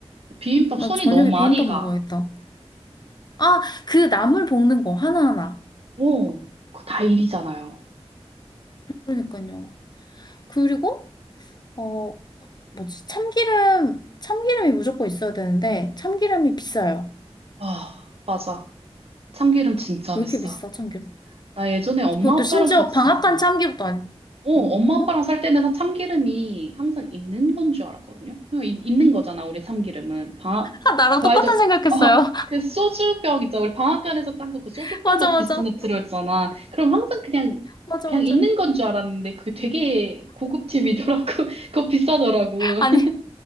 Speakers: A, on the right; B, on the left.
A: 비빔밥
B: 나
A: 손이
B: 저녁에
A: 너무 많이
B: 비빔밥
A: 가.
B: 먹어야겠다. 아, 그 나물 볶는 거 하나하나.
A: 오, 그거 다 일이잖아요.
B: 그러니까요. 그리고 어, 뭐지? 참기름, 참기름이 무조건 있어야 되는데, 참기름이 비싸요.
A: 아, 맞아. 참기름 진짜
B: 왜
A: 비싸.
B: 이렇게 비싸, 참기름?
A: 나 예전에 엄마
B: 그것도
A: 아빠랑
B: 심지어
A: 같이
B: 방앗간
A: 살거든.
B: 참기름도 아니고.
A: 어, 엄마
B: 응.
A: 아빠랑
B: 어?
A: 살 때는 참기름이 항상 있는 건 줄 알았거든요. 그냥 이- 있는 거잖아, 우리 참기름은. 방
B: 아, 나랑
A: 말도,
B: 똑같은 생각했어요.
A: 어, 그 소주병 있잖아. 우리 방앗간에서 짠 거 그 소주병
B: <laughs> 맞아,
A: 같은
B: 맞아.
A: 비슷한 데 들어있잖아. 그럼 항상 그냥,
B: 맞아,
A: 그냥
B: 맞아.
A: 있는 건 줄 알았는데 그게 되게 고급템이더라고. <laughs> 그거 비싸더라고. <laughs>
B: 아니,